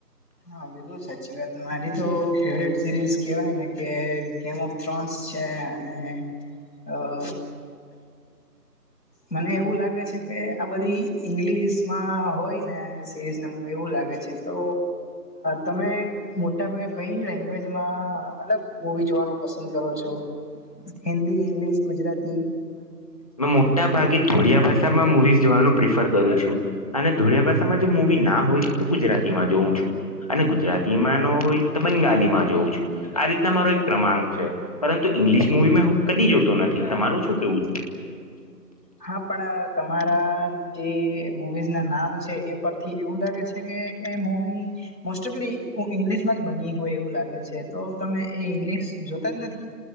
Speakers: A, on the left; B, on the left.
A: <unintelligible> મારી તો ફેવરેટ સિરીઝ કેવાય ને કે ગેમ ઓફ થ્રોન્સ છે અને અ મને એવું લાગે છે કે આ બધી ઈંગ્લિશમાં હોયને સિરીઝ ના મૂવી એવું લાગે છે. તો તમે મોટાભાગે કઈ લેંગ્વેજમાં મતલબ મૂવી જોવાનું પસંદ કરો છો હિન્દી, ઇંગ્લિશ, ગુજરાતી?
B: મેં મોટાભાગે ધોળિયા ભાષામાં મુવીઝ જોવાનું પ્રિફર કરું છું અને ધોળિયા ભાષામાં જો મુવી ના હોય તો ગુજરાતીમાં જોઉ છું. અને ગુજરાતીમાં નો હોય તો બંગાલીમાં જોઉં છું આ રીતના મારો એક ક્રમાંક છે. પરંતુ ઈંગ્લિશ મુવી મેં હું કદી જોતો નથી તમારું શું કેવું છે?
A: હા પણ તમારા જે મુવીઝના નામ છે એ પરથી એવું લાગે છે કે, એ મૂવી મોસ્ટઓફલી હું ઇંગ્લિશમાં જ બની હોય એવું લાગે છે. તો તમે એ ઇંગ્લિશ જોતા જ નથી?